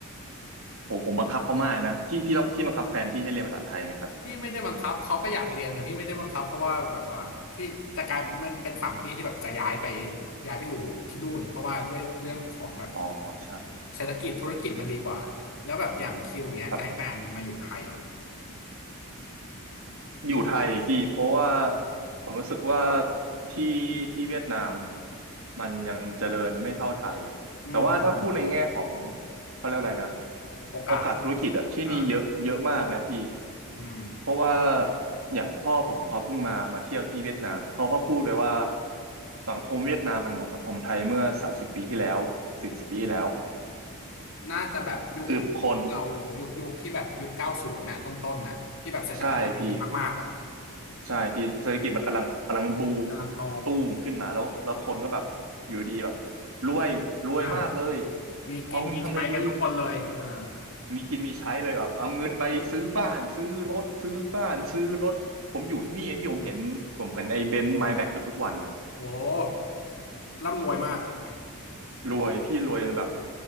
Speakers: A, on the right; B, on the left.
A: โอ้ผมบังคับเขามากนะพี่พี่ต้องพี่บังคับแฟนพี่ให้เรียนภาษาไทยไหมครับ
B: พี่ไม่ได้บังคับเขาก็อยากเรียนแต่พี่ไม่ได้บังคับเพราะว่าแบบว่าพี่จะกลายเป็นมันเป็นฝั่งพี่ที่แบบจะย้ายไปย้ายไปอยู่ที่นู่นเพราะว่าด้วยเรื่องของแบบ
A: อ๋อใช่
B: เศรษฐกิจธุรกิจมันดีกว่าแล้วแบบอย่างคิวเนี้ยจะให้แฟนมาอยู่ไทยเหรอ
A: ครับผม อยู่ไทยพี่เพราะว่า
B: อืม
A: ผมรู้สึกว่าที่ที่เวียดนามมันยังเจริญไม่เท่าไทย
B: อืมอืม
A: แต่ว่าถ้าพูดในแง่ของเขาเรียกอะไรนะ
B: โอกาส
A: โอกาสธุรกิจอะที่นี่เยอะเยอะมากนะพี่
B: อ่า อืม
A: เพราะว่าอย่างพ่อผมเขาเพิ่งมามาเที่ยวที่เวียดนามเขาก็พูดเลยว่าสังคมเวียดนามมันเหมือนสังคมไทยเมื่อสามสิบปีที่แล้วสี่สิบปีที่แล้ว
B: น่าจะแบบยุคที่เรายุคยุคที่แบบยุคเก้าศูนย์น่ะต้นต้นน่ะที่แบบเศรษฐกิจไทยดีมากๆอ่ะ
A: คือคนใช่พี่ ใช่พี่เศรษฐกิจมันกำลังกำลังบูม
B: กำลังโต
A: ตูมขึ้นมาแล้วแล้วคนก็แบบอยู่ดีแบบรวยรวยมากเลย
B: อ่ามีกินมีใช้กันทุกคนเลยอ่า
A: เอาเงินทำอะไรดีมีกินมีใช้เลยแบบเอาเงินไปซื้อบ้านซื้อรถซื้อบ้านซื้อรถผมอยู่ที่นี่ไงพี่ผมเห็นผมเห็นไอ้เบนซ์ไมแบ็กเกือบทุกวันนะ
B: โหร่ำรวยมากอ่ะ
A: รวยพี่รวยจนแบบ